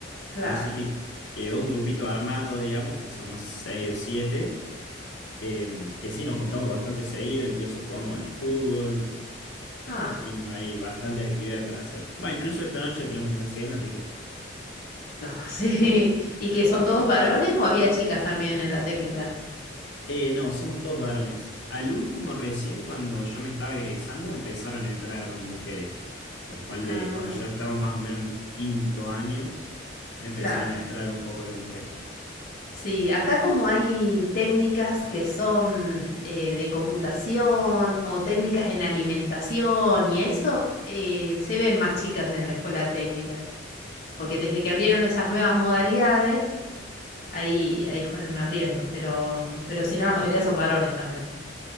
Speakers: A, on the left; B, on the left.
A: Claro.
B: Así que quedó un grupito armado, digamos, que somos seis o siete, eh, que sí nos juntamos bastante seguido, incluso jugamos al fútbol,
A: Ah,
B: eh, tenemos ahí bastantes actividades para hacer. Va, incluso esta noche tenemos una cena, así que...
A: no, <laughs> sí. ¿Y que son todos varones o había chicas también en la técnica?
B: Eh, no, somos todos varones. Al último, recién cuando yo me estaba egresando, empezaron a entrar mujeres. O sea, ponle-
A: Ah,
B: cuando yo estaba más o menos en quinto año, empezaron
A: claro.
B: a entrar un poco de mujeres.
A: Sí, acá como hay técnicas que son eh, de computación o técnicas en alimentación y eso, eh, se ven más chicas en la escuela técnica, porque desde que abrieron esas nuevas modalidades, ahí, ahí fueron abriendo, pero, mm, pero si no, la mayoría son varones también.